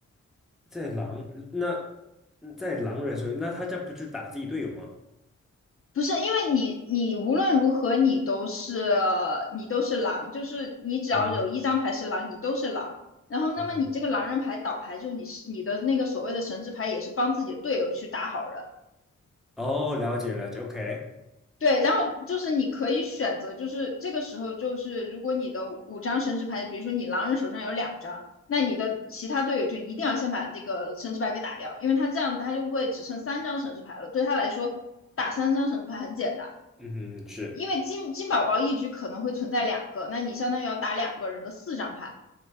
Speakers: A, in the centre; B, on the left.
A: 在狼那在狼人手里，那他这不就打自己队友吗？
B: 不是，因为你你无论如何你都是你都是狼，就是你只要有一张牌是狼，
A: 啊
B: 你都是狼。然后，那么你这个狼人牌倒牌之后，
A: ，OK，
B: 你是你的那个所谓的神之牌也是帮自己的队友去打好人。
A: 哦，了解了解，OK，
B: 对，然后就是你可以选择，就是这个时候就是如果你的五张神之牌，比如说你狼人手上有两张，那你的其他队友就一定要先把这个神之牌给打掉，因为他这样他就会只剩三张神之牌了，对他来说打三张神之牌很简单。
A: 嗯哼，是，
B: 因为金金宝宝一局可能会存在两个，那你相当于要打两个人的四张牌。